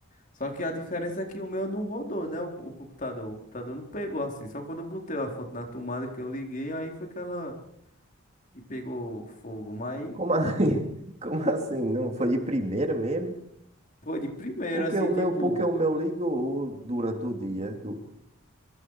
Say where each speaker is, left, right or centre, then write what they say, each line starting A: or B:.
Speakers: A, on the left; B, on the right.
A: Só que a diferença é que o meu não rodou, né? O, o computador. O computador não pegou assim. Só quando eu botei a fonte na tomada que eu liguei, aí foi que ela que pegou fogo. Mas.
B: Como assim? <laughs> Como assim? Não foi de primeira mesmo?
A: Pô, de primeiro,
B: Porque
A: assim,
B: o
A: tipo.
B: meu, porque o meu ligou durante o dia, do-